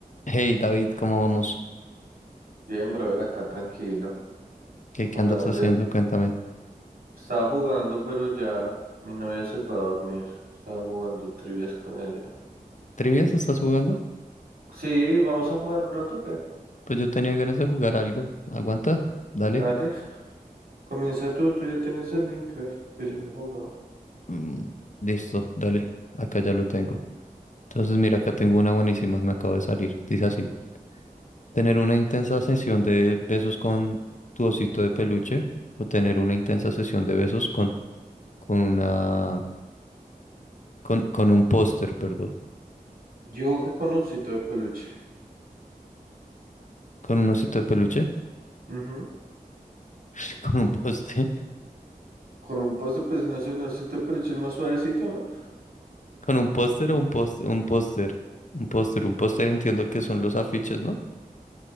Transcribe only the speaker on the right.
Bien, brother, acá tranquilo,
con
ganas
de...
Estaba jugando, pero ya mi novia se fue a dormir. Estaba jugando trivias con ella.
Sí, vamos a jugar un rato, ¿qué?
Dale, comienza tú, tú ya tienes el Minecraft, que ya hemos jugado.
Yo que con osito de peluche.
Ujú.
Con un poste, pues no sé, un osito de peluche es más suavecito, ¿no?